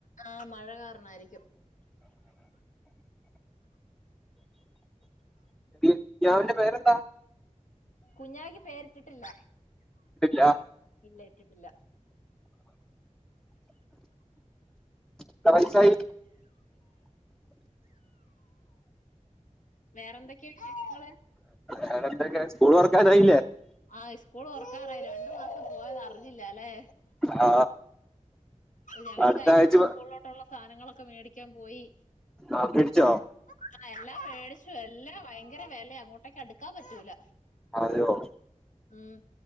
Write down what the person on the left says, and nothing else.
ആഹ് മഴ കാർണായിരിക്കും
കുഞ്ഞാവക്ക് പേരിട്ടിട്ടില്ല
ഇല്ല ഇട്ടിട്ടില്ല
വേറെന്തൊക്കെയാ വിശേഷങ്ങള്
ആഹ് സ്കൂൾ ഒർക്കാറായി രണ്ടു മാസം പോയന്ന് അറിഞ്ഞില്ല അല്ലെ
ഞങ്ങള്
കഴിഞ്ഞ
ദിവസം സ്കൂളിലോട്ടുള്ള സ്ഥാനങ്ങളൊക്കെ മേടിക്കാൻ പോയി
ആ എല്ലാം മേടിച്ചു എല്ലാം ഭയ ഭയങ്കര വിലയ അങ്ങോട്ടേക്ക് അടുക്കാൻ പറ്റൂല
ഉം